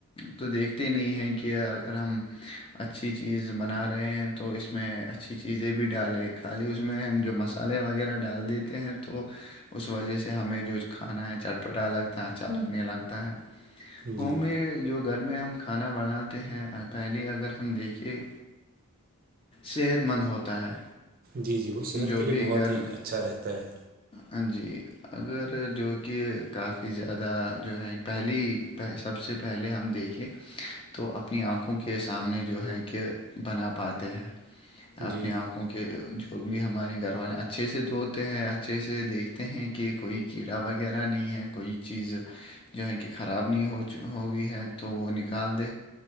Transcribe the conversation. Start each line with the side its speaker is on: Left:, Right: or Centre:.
Left: تو دیکھتے نہیں ہیں کہ اگر ہم اچھی چیز بنا رہے ہیں تو اس میں اچھی چیزیں بھی ڈالیں خالی اس میں ہم جو مسئلے وغیرہ ڈال دیتے ہیں تو اس وجہ سے ہمیں جو کھانا ہے چٹپٹا لگتا ہے اچھا لگنے لگتا ہے ہوم
Right: جی
Left: میں جو گھر میں ہم کھانا بناتے ہیں پہلے اگر ہم دیکھیں صحت مند ہوتا ہے
Right: جی جی وہ صحت
Left: جو
Right: کے لیے
Left: بھی
Right: بہت
Left: گھر
Right: ہی
Left: میں
Right: اچھا رہتا ہے
Left: ہاں جی اگر جو کہ کافی زیادہ جو ہے پہلی سب سے پہلے ہم دیکھیں تو اپنی آنکھوں کے سامنے جو ہے کہ بنا پاتے ہیں اپنی
Right: جی
Left: آنکھوں کے جو بھی ہمارے گھر والے اچھے سے دھوتے ہیں اچھے سے دیکھتے ہیں کہ کوئی کیڑا وغیرہ نہیں ہے کوئی چیز جو ہے کہ خراب نہیں ہوئی ہے تو وہ نکال دے